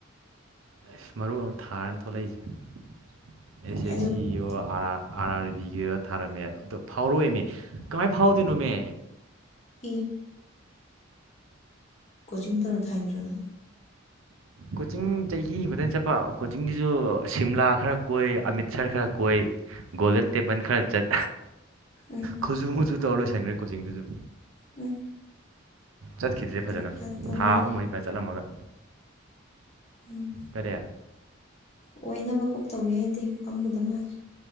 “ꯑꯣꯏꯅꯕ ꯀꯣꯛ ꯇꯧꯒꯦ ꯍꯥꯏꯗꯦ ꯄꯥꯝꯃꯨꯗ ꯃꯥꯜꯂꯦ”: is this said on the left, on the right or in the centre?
Left